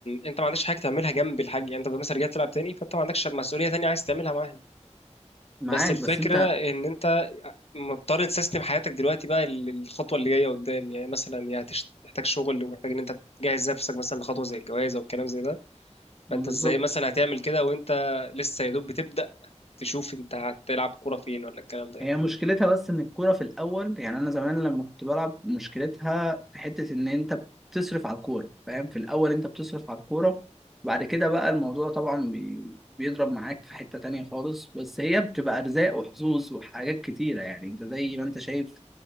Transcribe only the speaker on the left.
انت ما عندكش حاجه تعملها جنب الحاج يعني انت مثلا رجعت تلعب تاني فانت ما عندكش مسؤوليه تانية عايز تعملها معاها
بس الفكره
ان انت مضطر تسيستم حياتك دلوقتي بقى للخطوه اللي جايه قدام يعني مثلا يا هتش- هتحتاج شغل ومحتاج ان انت تجهز نفسك مثلا لخطوه زي الجواز او الكلام زي ده
فانت
ازاي مثلا هتعمل كده وانت لسه يا دوب بتبدأ تشوف انت هتلعب كورة فين ولا الكلام ده يعني